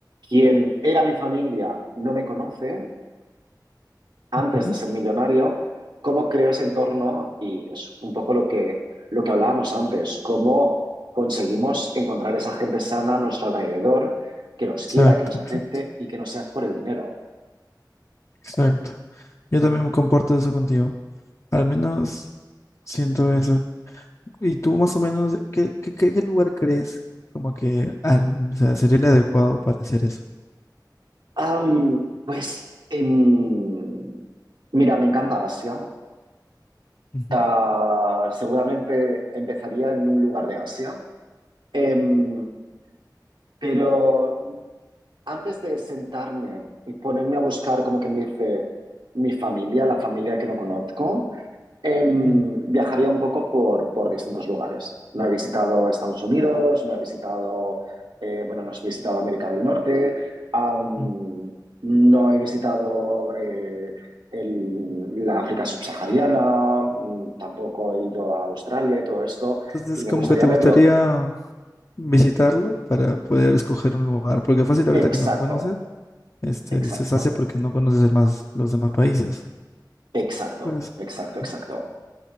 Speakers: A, on the right (about 85°); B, on the left (about 40°).
A: quien era mi familia no me conoce antes
B: ujú.
A: de ser millonario, cómo creo ese entorno y es un poco lo que, lo que hablábamos antes, cómo conseguimos encontrar esa gente sana a nuestro alrededor que nos
B: Exacto,
A: quiera, que nos acepte
B: exacto,
A: y que no sea por el dinero.
B: exacto. Yo también me comporto eso contigo. Al menos siento eso. ¿Y tú más o menos qué, qué, qué- qué lugar crees como que al- o sea, sería el adecuado para hacer eso?
A: Am, pues, en... mira, me encanta Asia.
B: Ujú,
A: Ah, seguramente empezaría en un lugar de Asia. Em, pero antes de sentarme y ponerme a buscar, como que me dice, mi familia, la familia que no conozco, em,
B: ujú,
A: viajaría un poco por, por distintos lugares. No he visitado Estados Unidos, no he visitado, eh, bueno, no he visitado América del Norte, am,
B: ujú.
A: no he visitado eh, el- la África subsahariana, mm, tampoco he ido a Australia y todo esto,
B: Entonces,
A: y
B: como
A: me gustaría
B: que te
A: verlo.
B: gustaría visitarlo para poder escoger un lugar, porque fácil ahorita
A: Exacto,
B: que no conoces, este,
A: exacto,
B: dices Asia porque no conoces más los demás países.
A: exacto,
B: Pues
A: exacto, exacto.
B: ujú.